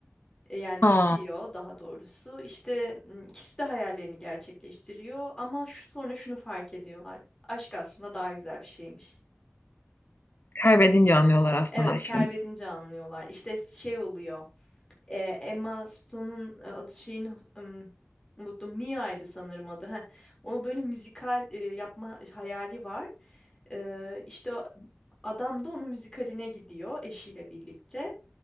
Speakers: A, on the left (about 15°); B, on the left (about 60°).
A: E, Yani
B: Aa,
A: bitiyor daha doğrusu. İşte m, ikisi de hayallerini gerçekleştiriyor ama şu sonra şunu fark ediyorlar. Aşk aslında daha güzel bir şeymiş.
B: kaybedince anlıyorlar aslında
A: Evet,
B: aşkını.
A: kaybedince anlıyorlar. İşte şey oluyor. e, Emma Stone'un e, adı şeyini ım, unuttum. Mia'ydı sanırım adı. Heh. Onu böyle müzikal e, yapma hayali var. E, işte o- adam da onun müzikaline gidiyor eşiyle birlikte.